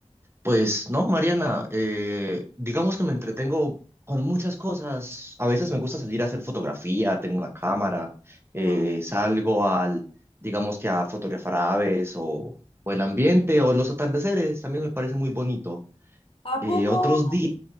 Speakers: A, on the right; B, on the left.
A: Pues no, Mariana, eh, digamos que me entretengo con muchas cosas. A veces me gusta salir a hacer fotografía, tengo una cámara,
B: Ajá.
A: eh, salgo al, digamos que a fotografiar aves o, o el ambiente o los atardeceres, también me parece muy bonito.
B: ¿A
A: Eh,
B: poco?
A: otros días.